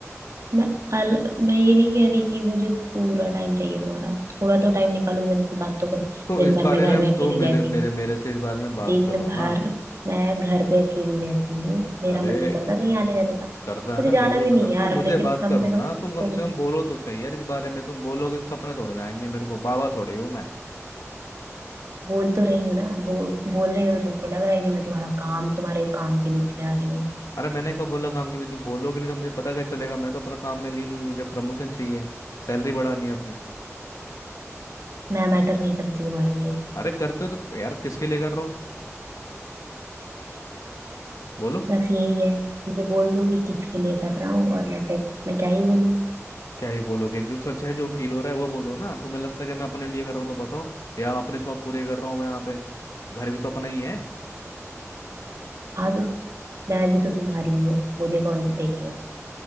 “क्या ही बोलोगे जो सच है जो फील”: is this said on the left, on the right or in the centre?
Left